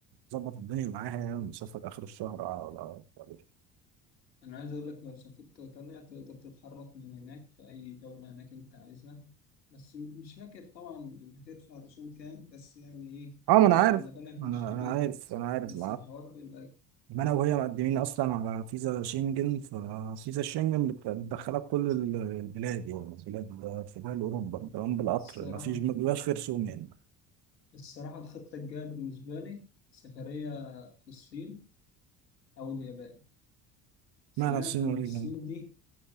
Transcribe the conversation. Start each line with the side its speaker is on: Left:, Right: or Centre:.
Right: اظبط الدنيا معاها يعني ونسافر اخر الشهر على على-
Left: أنا عايز أقول لك لو سافرت إيطاليا تقدر تتحرك من هناك في أي دولة هناك أنت عايزها بس م- مش فاكر طبعا بتدفع رسوم كام بس يعني إيه
Right: اه ما انا
Left: تبقى
Right: عارف
Left: مبالغ
Right: انا
Left: مش كبيرة
Right: انا عارف انا عارف
Left: بس الحوار بيبقى
Right: ما انا وهي مقدمين اصلا على فيزا شنجن ففيزا الشنجن بت- بتدخلك كل ال- البلاد يعني البلاد في دول اوروبا تمام بالقطر
Left: الصراحة
Right: ما فيش ما بيبقاش في رسوم يعني
Left: الصراحة الخطة الجاية بالنسبة لي سفرية في الصين أو اليابان سمعت
Right: معنى الصين
Left: إن
Right: واليابان
Left: الصين دي